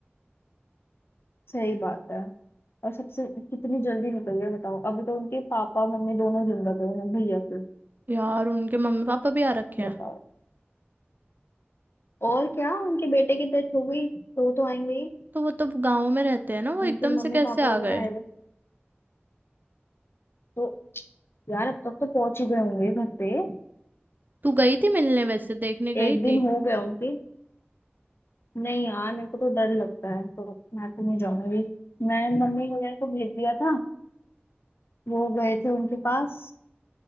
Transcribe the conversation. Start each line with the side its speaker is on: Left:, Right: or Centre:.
Left: सही बात है और सबसे कितनी जल्दी निकल गए बताओ अभी तो उनके पापा मम्मी दोनों जिंदा थे उन्हें भैया के
Right: यार उनके मम्मी पापा भी आ रखे
Left: बताओ
Right: हैं
Left: और क्या उनके बेटे की डेथ हो गई तो वो तो आएंगे ही
Right: तो वो तो गाँव में रहते हैं ना वो एकदम
Left: उनके मम्मी
Right: से कैसे
Left: पापा
Right: आ
Left: वगैरह
Right: गए
Left: आए हुए तो यार अब तक तो पहुंच ही गए होंगे घर पे
Right: तू गई थी मिलने वैसे देखने गई
Left: एक दिन
Right: थी
Left: हो गया उनके नहीं यार मेरे को तो डर लगता है तो मैं तो नहीं जाऊंगी मैं मम्मी वगैरह को भेज दिया था वो गए थे उनके पास